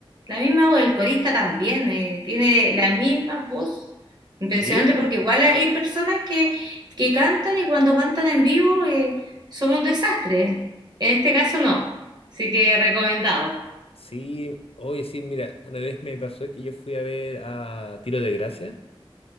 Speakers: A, on the right; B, on the left.
A: la misma voz, el corista también, eh, tiene la misma voz. Impresionante
B: Sí,
A: porque igual hay personas que, que cantan y cuando cantan en vivo eh, son un desastre. En este caso no. Así que recomendado.
B: sí. Oye, sí, mira, una vez me pasó que yo fui a ver a Tiro de Gracia.